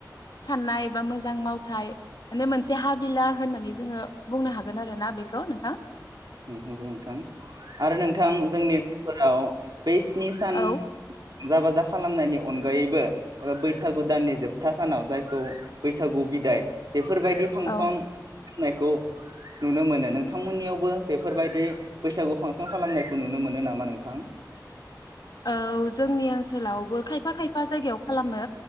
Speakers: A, on the left (about 70°); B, on the right (about 65°).
A: साननाय बा मोजां मावथाय माने मोनसे हाबिला होननानै जोङो बुंनो हागोन आरो ना बेखौ । नोंथां ।
B: नंगौ नोंथां आरो नोंथां जोंनि <unintelligible> <unintelligible> बे स्नि सान
A: औ
B: रंजा बाजा खालामनायनि अनगायैबो एबा बैसागु दाननि जोबथा सानाव जायखौ बैसागु बिदाय बेफोरबायदि फांसन
A: औ
B: नायखौ नुनो मोनो नों नोंथांमोननियावबो बेफोरबायदि बैसागु फांसन खालामनायखौ नुनो मोनो नामा नोंथां
A: औ जोंनि ओनसोलावबो खायफा खायफा खायफा जायगायाव खालामो